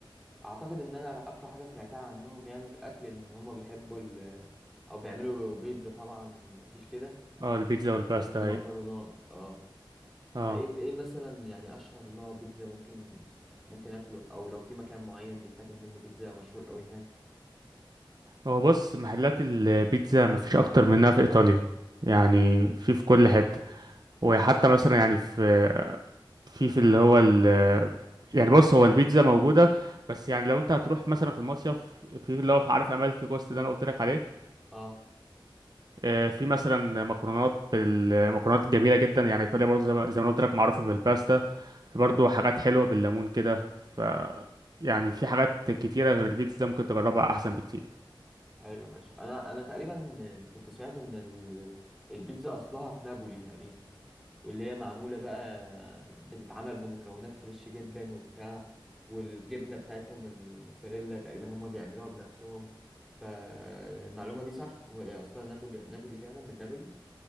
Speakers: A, in the centre; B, on the right.
A: أعتقد إن أنا أكتر حاجة سمعتها عنهم يعني في الأكل إن هم بيحبوا ال أو بيعملوا بيتزا طبعا مفيش كده
B: اه البيتزا والباستا
A: والمكرونات
B: أي
A: اه
B: اه
A: فايه ايه مثلا يعني اشهر نوع بيتزا ممكن ممكن اكله او لو في مكان معين بيتاكل منه بيتزا مشهور قوي هناك
B: هو بص محلات البيتزا مفيش اكتر منها في ايطاليا يعني
A: امم
B: في في كل حته وحتى مثلا يعني في في في اللي هو ال يعني بص هو البيتزا موجوده بس يعني لو انت هتروح مثلا في المصيف في اللي هو في عارف امال في جوست ده انا قلت لك عليه
A: اه
B: آه، في مثلا مكرونات بالمكرونات جميله جدا يعني ايطاليا برضه زي ما زي ما أنا قلت لك معروفه بالباستا في برضه حاجات حلوه بالليمون كده ف يعني في حاجات كتيره غير البيتزا ممكن تجربها احسن بكتير
A: حلو ماشي انا انا تقريبا كنت سمعت ان ال- البيتزا اصلها في نابولي تقريبا واللي هي معموله بقى بتتعمل بمكونات فريش جدا وبتاع والجبنه بتاعتهم الموتزاريلا تقريبا هم بيعملوها بنفسهم فالمعلومه دي صح هو إيه اصلا نابولي نابولي فعلا من نابولي